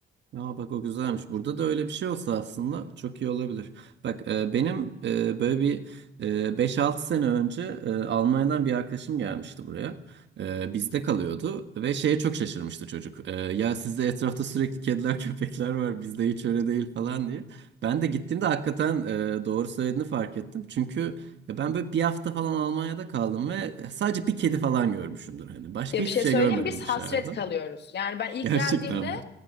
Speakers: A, on the right; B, on the left.
A: Aa, bak o güzelmiş. Burada da öyle bir şey olsa aslında çok iyi olabilir. Bak e, benim e, böyle bir e, 5-6 sene önce e, Almanya'dan bir arkadaşım gelmişti buraya. E, bizde kalıyordu ve şeye çok şaşırmıştı çocuk. E, ya sizde etrafta sürekli kediler <laughs> köpekler var bizde hiç öyle değil falan diye. Ben de gittiğimde hakikaten e, doğru söylediğini fark ettim. Çünkü ya ben böyle bir hafta falan Almanya'da kaldım ve sadece bir kedi falan görmüşümdür. Hani başka
B: Ya
A: hiçbir
B: bir şey
A: şey
B: söyleyeyim
A: görmedim
B: biz hasret
A: dışarıda.
B: kalıyoruz. Yani ben
A: <laughs>
B: ilk
A: Gerçekten
B: geldiğimde
A: mi?